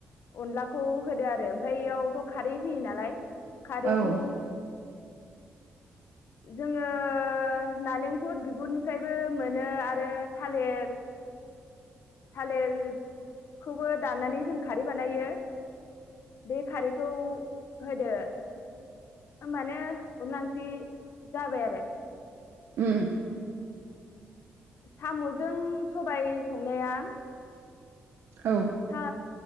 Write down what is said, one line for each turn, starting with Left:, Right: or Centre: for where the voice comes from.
Left: अनलाखौ होदो आरो ओमफ्राय बेयावथ' खारै होयो नालाय खारिखौ
Right: औ
Left: जोङो नालेंखल बिगुरनिफ्रायबो मोनो आरो थालिर थालिरखौबो दाननानै जों खारै बानायो बे खारैखौ होदो होमबानो अनला ओंख्रि जाबाय आरो।
Right: उम।
Left: साम'जों सबाय संनाया
Right: औ
Left: हा